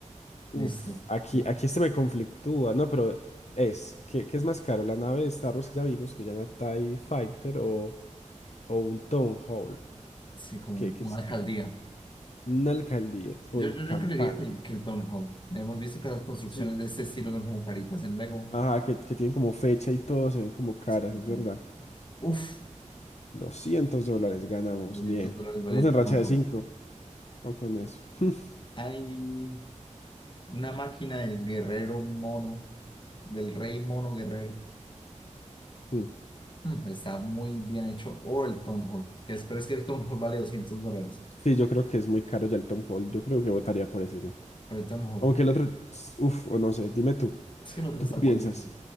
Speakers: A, on the left; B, on the left.
A: Uf,
B: Listo.
A: aquí,
B: Yo-
A: aquí este me conflictúa, no, pero es, ¿qué, qué es más caro? La nave de Star Wars que ya vimos, que llama TIE Fighter, o, o un Town Hall,
B: Sí, como
A: que,
B: como
A: que es
B: una alcaldía.
A: una alcaldía con
B: Yo, yo,
A: campana.
B: yo creería que el, que el Hall. Hemos visto que las construcciones
A: Sí,
B: de este estilo son como caritas en Lego.
A: Ajá, que, que tienen como fecha y todo, se ven como caras,
B: Y-
A: es verdad.
B: Uf,
A: 200 dólares ganamos,
B: 200
A: bien.
B: dólares vale
A: Vamos
B: el
A: en racha
B: Town
A: de
B: Hall.
A: 5, con eso. <laughs>
B: Hay una máquina del guerrero mono, del rey mono guerrero.
A: Mm.
B: Mm, está muy bien hecho. O el Town Hall. Que es, pero es que el Town Hall vale 200 dólares.
A: Sí, yo creo que es muy caro ya el Tom Hall, yo creo que votaría por ese yo.
B: Pero el Town Hall
A: Aunque el otro, ts- uf, o no sé, dime tú,
B: Es que el otro
A: ¿tú
B: está
A: qué piensas?
B: poderoso.